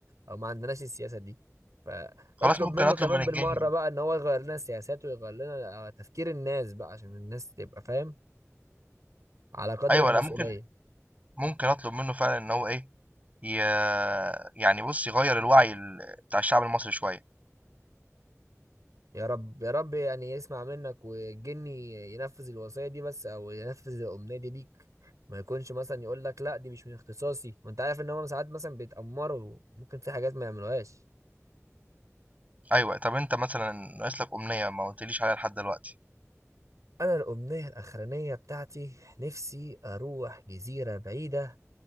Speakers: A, on the right (about 85°); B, on the right (about 30°).
A: او ما عندناش السياسة دي فاطلب
B: خلاص ممكن
A: منه
B: اطلب
A: كمان
B: من الجني
A: بالمرة بقى ان هو يغير لنا السياسات ويغير لنا آه، تفكير الناس بقى عشان الناس تبقى فاهم على قدر
B: ايوه
A: المسؤولية
B: لا ممكن ممكن اطلب منه فعلا ان هو ايه ي... يعني بص يغير الوعي ال- بتاع الشعب المصري شوية
A: يا رب يا رب يعني يسمع منك والجني ينفذ الوصية دي بس او ينفذ الأمنية دي ليك ما يكونش مثلا يقول لك لا دي مش من اختصاصي وانت عارف ان هم ساعات مثلا بيتأمروا ممكن في حاجات ما يعملوهاش
B: ايوه طب انت مثلا ناقص لك امنية ما قلتليش عليها لحد دلوقتي
A: انا الأمنية الأخرانية بتاعتي نفسي اروح جزيرة بعيدة